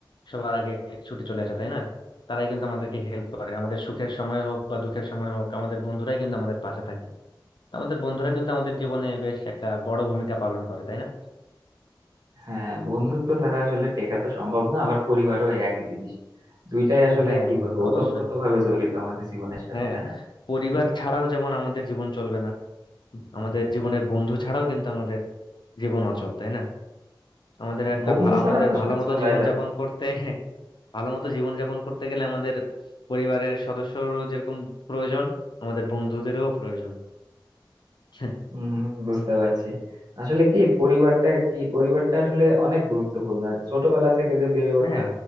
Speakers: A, on the left; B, on the right.
A: সবার আগে ছুটে চলে আসে তাই না তারাই কিন্তু আমাদেরকে হেল্প করে আমাদের সুখের সময় হোক বা দুঃখের সময় হোক আমাদের বন্ধুরাই কিন্তু আমাদের পাশে থাকে তো আমাদের বন্ধুরা কিন্তু আমাদের জীবনে বেশ একটা বড় ভূমিকা পালন করে তাই না
B: হ্যাঁ বন্ধুত্ব ছাড়া আসলে টেকা তো সম্ভব না আবার পরিবারও একই জিনিস দুইটাই আসলে
A: হ্যাঁ
B: কি
A: হ্যাঁ
B: বলবো ওতপ্রোত
A: অবশ্যই
B: ভাবে জড়িত আমাদের জীবনের সাথে
A: হ্যাঁ
B: তাই না
A: পরিবার ছাড়াও যেমন আমাদের জীবন চলবে না আমাদের জীবনের বন্ধু ছাড়াও কিন্তু আমাদের জীবন অচল তাই না আমাদের একটা
B: বন্ধু
A: ভা-
B: ছাড়া
A: আমাদের
B: তো আসলে
A: ভালো মতো
B: চলাই
A: জীবন
B: যাবে
A: যাপন
B: না।
A: করতে <laughs> ভালো মতো জীবন যাপন করতে গেলে আমাদের পরিবারের সদস্যরও যেরকম প্রয়োজন আমাদের বন্ধুদেরও প্রয়োজন <laughs>
B: হম বুঝতে পারছি আসলে কি পরিবারটা কি পরিবারটা আসলে অনেক গুরুত্বপূর্ণ ছোটবেলা থেকে যে বেড়ে ওঠা
A: হ্যাঁ